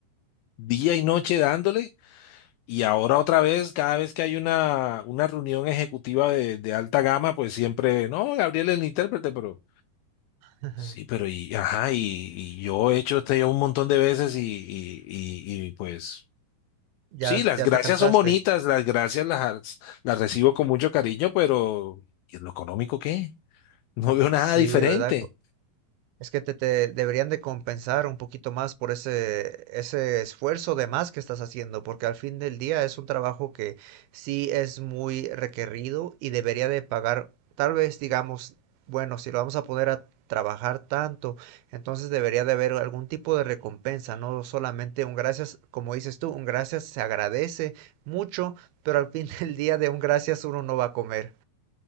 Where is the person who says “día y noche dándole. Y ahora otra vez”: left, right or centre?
Left